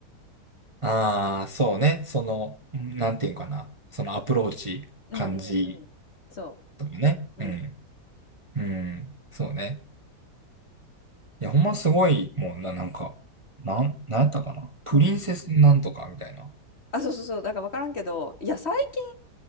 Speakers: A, on the right; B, on the left.
A: ああ、そうね。その、うんなんていうかな。そのアプローチ、
B: うんうんうん。
A: 感じ
B: そ
A: とかね。
B: う。
A: うん。
B: うん。
A: うん。そうね。いや、ほんますごい、もうな、なんか、なん、なんやったかな。プリンセスなんとかみたいな。
B: うん。あ、そうそうそう。だから分からんけど、いや、最近、